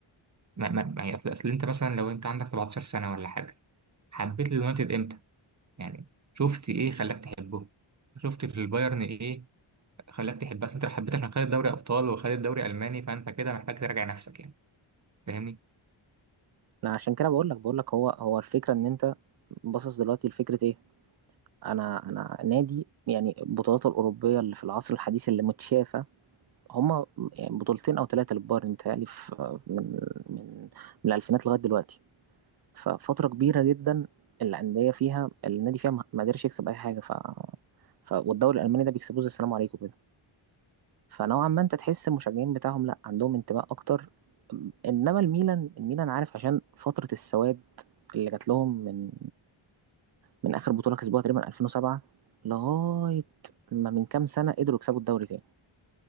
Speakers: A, on the right; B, on the right.
A: ما ما ما- اصل اصل انت مثلا لو انت عندك 17 سنة ولا حاجة حبيت اليونايتد امتى يعني شفت ايه خلاك تحبه شفت في البايرن ايه خلاك تحبه اصل انت لو حبيت عشان خدت دوري ابطال وخدت دوري الماني فانت كده محتاج تراجع نفسك يعني فاهمني
B: أنا عشان كده بقول لك بقول لك هو هو الفكرة ان انت باصص دلوقتي لفكرة ايه انا انا نادي يعني البطولات الأوروبية اللي في العصر الحديث اللي متشافة هما يعني بطولتين او ثلاثة للبايرن متهيألي في من من من الألفينات لغاية دلوقتي ففترة كبيرة جدا الأندية فيها النادي فيها ما ما قدرش يكسب أي حاجة ف ف والدوري الألماني ده بيكسبوه زي السلام عليكم كده فنوعا ما انت تحس المشجعين بتاعهم لا عندهم انتماء اكتر انما الميلان الميلان عارف عشان فترة السواد اللي جات لهم من من اخر بطولة كسبوها تقريبا 2007 لغاية ما من كام سنة قدروا يكسبوا الدوري تاني